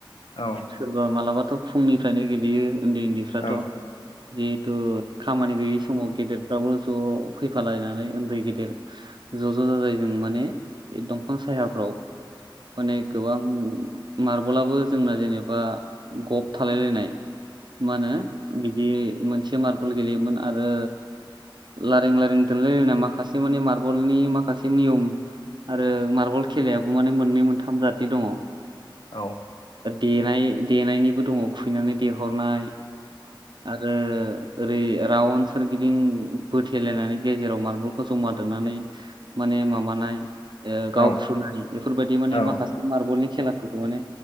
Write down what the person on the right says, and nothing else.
सोरबा मालाबाथ' फुंनिफ्रायनो गेलेयो ओन्दै ओन्दैफ्राथ'
जिहेथु खामानि गैयै समाव गेदेरफ्राबो ज' फैफालायनानै उन्दै गेदेर ज' ज' जाजाय जों माने दंफां सायाफ्राव
माने गोबां मार्बलाबो जोंना जेनेबा गब थालायलायनाय मा होनो बिदि मोनसे मारबल गेलेयोमोन आरो लारें लारें दोनलायलायना माखासे माने मार्बलनि माखासे नियम आरो मार्बल खेलायाबो माने मोननै मोनथाम जाथि दङ। ओ
देनायनिबो दङ खैनानै देहरनाय आरो ओरै रावन सोरगिदिं बोथेलायनानै गेजेराव मार्बलखौ जमा दोननानै माने माबानाय ओ
गावफ्रुनाय बेफोरबायदि माने
माखासे मारबलनि खेलाफोरखौ माने